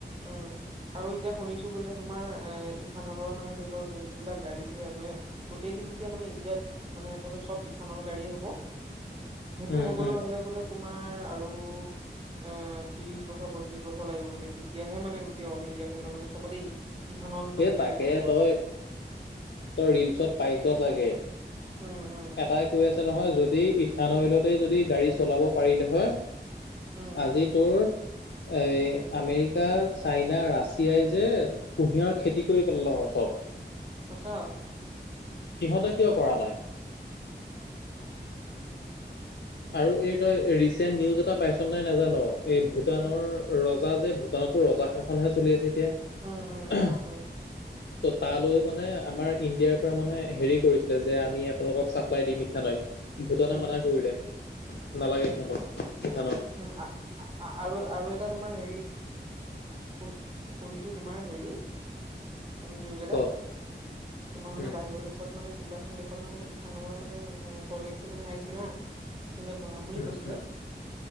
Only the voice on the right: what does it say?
উম, আৰু এতিয়া শুনিছো বোলে তোমাৰ এ ই থানালৰ মানে ধৰি লও যোন বিলাক গাড়ী যে তোতেলি যেতিয়া মানে ইণ্ডিয়াত মানে ধৰ চব ইথানৰ গাড়ে হ'ব।
সেইটো
হবলৈ
হলে বোলে তোমাৰ আৰু অ, ত্ৰিশ বছৰ, পয়ত্ৰিশ বছৰ লাগিব বোলে। তেতিয়াহে মানে গোটেই অল ইণ্ডিয়াত তোত মানে চবতে ইথানল মানে
গাড়ী চলিব
আৰু।
উম উম
উম
সঁচা।
উম
উম উম জানো
উম
উম
উম,
আৰু, আৰু এটা তোমাৰ হেৰি শুন, শুনিছোঁ তোমাৰ হেৰি উ, নিউজ এটা
তোমাৰ মানে
বাহিৰৰ দেশত মানে কোনোবা এখন দেশত মানে ইথানলৰ মানে এ প্ৰজেক্টটো মানে আহিছিল হা। সে বনাম বুলি
কৈছিলে